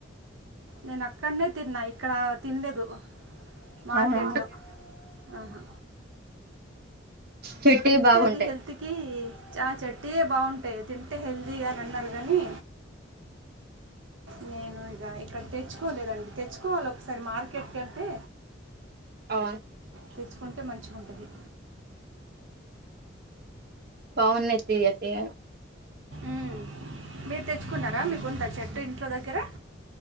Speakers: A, on the right; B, on the right.
A: నేను అక్కడనే తిన్నా ఇక్కడ తినలేదు మార్కెట్లో
B: అవునా
A: ఆహా
B: చెట్టివి
A: తింటే
B: బాగుంటాయి
A: అది హెల్త్ కి ఆ చెట్యే బాగుంటాయి తింటే హెల్దీగా అని అన్నరు గనీ నేను ఇక ఇక్కడ తెచ్చుకోలేదండి తెచ్చుకోవాలి ఒకసారి మార్కెట్కిళ్తే
B: అ
A: తెచ్చుకుంటే మంచిగుంటది
B: బాగున్నయి తీయ్య తియ్యగా
A: మ్ మీర్ తెచ్చుకున్నారా మీకుందా చెట్టు ఇంట్లో దగ్గర